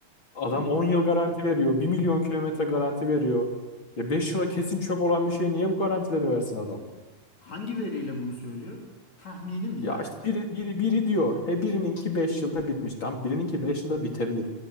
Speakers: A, on the left (about 35°); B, on the left (about 50°).
A: adam
B: Yok.
A: 10 yıl garanti veriyor. bir milyon kilometre garanti veriyor. Ya 5 yıla kesin çöp olan bir şey niye bu garantileri versin adam?
B: Hangi veriyle bunu söylüyor? Tahmini mi
A: Ya
B: yani?
A: işte biri, biri, biri diyor. E birininki 5 yılda bitmiş. Tam birininki 5 yılda bitebilir.